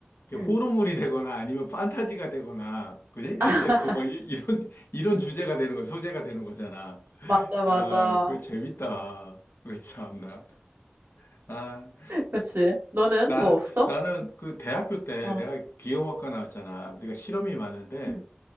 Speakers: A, on the left; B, on the right.
A: 이렇게
B: 응.
A: 호러물이 되거나 아니면 판타지가 되거나, 그지? SF
B: <laughs>
A: 뭐 이, 이런 이런 주제가 되는 거, 소재가 되는 거잖아.
B: 맞아, 맞아.
A: 아, 그 재밌다. 그 참나. 아,
B: 그치. 너는
A: 나는
B: 뭐 없어?
A: 나는 그 대학교 때
B: 어.
A: 내가 기계공학과 나왔잖아. 우리가 실험이 많은데
B: 음,